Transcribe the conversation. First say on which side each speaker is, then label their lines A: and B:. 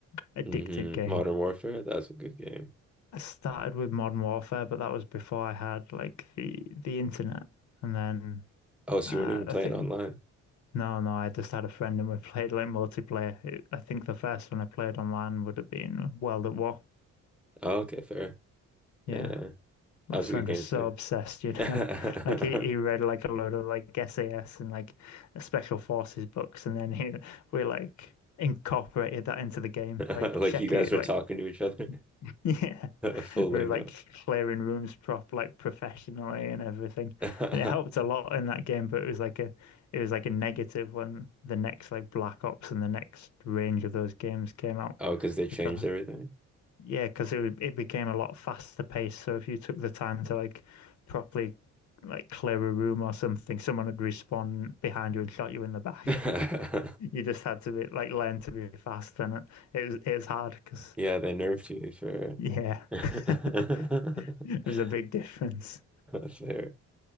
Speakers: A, on the left; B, in the centre.
A: addicted
B: hmm
A: game.
B: Modern Warfare, that's a good game.
A: I started with Modern Warfare, but that was before I had like the the internet. And then
B: Oh, so
A: uh,
B: you weren't even
A: I
B: playing
A: think
B: online.
A: no, no, I just had a friend and we <laughs> played like multiplayer. It, I think the first one I played online would have been World at War.
B: Oh, okay, fair. Yeah,
A: Yeah,
B: that
A: my
B: was
A: friend
B: a good game
A: was so
B: too.
A: obsessed, you know,
B: <laughs>
A: <laughs> like he, he read like a load of like SAS and like Special Forces books, and then he we like incorporated that into the game, like
B: Like
A: check
B: you guys
A: it,
B: were
A: like
B: talking to each other.
A: <laughs> yeah.
B: <laughs> Full
A: We
B: lingo.
A: were like clearing rooms prop like professionally and everything.
B: <laughs>
A: And it helped a lot in that game, but it was like a it was like a negative when the next like Black Ops and the next range of those games came out.
B: Oh, because they changed
A: Because
B: everything.
A: yeah, because it it became a lot faster paced. So if you took the time to like properly like clear a room or something, someone would respawn behind you and shot you in the back.
B: <laughs>
A: <laughs> You just had to be like learn to be fast, and it it was it was hard because
B: Yeah, they nerfed you for
A: yeah.
B: <laughs>
A: <laughs> <laughs> It was a big difference.
B: fair.